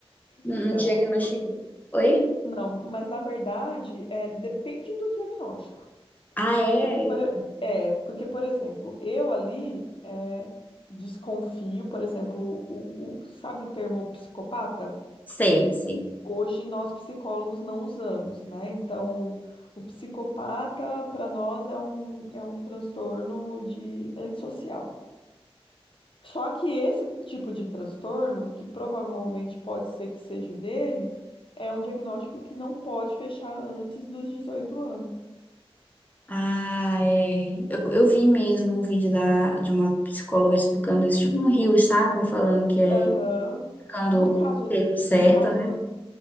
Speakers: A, on the left (about 15°); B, on the left (about 60°).
A: Não,
B: Então,
A: não diagnostica.
B: é, por-
A: Oi?
B: não, mas na verdade é depende do diagnóstico.
A: Ah, é?
B: Porque por, e- é, porque por exemplo, eu ali é, desconfio, por exemplo, o, o- sabe o termo psicopata?
A: Sei, sei.
B: Hoje nós psicólogos não usamos, né? Então, o psicopata para nós é um, é um transtorno de antissocial. Só que esse tipo de transtorno, que provavelmente pode ser que seja o dele, é um diagnóstico que não pode fechar antes dos dezoito anos.
A: Ah, é. Eu, eu vi mesmo um vídeo da, de uma psicóloga explicando isso, tipo um rio, sabe? Falando que é
B: Aham.
A: ficando
B: No caso,
A: o termo certo,
B: no caso,
A: né?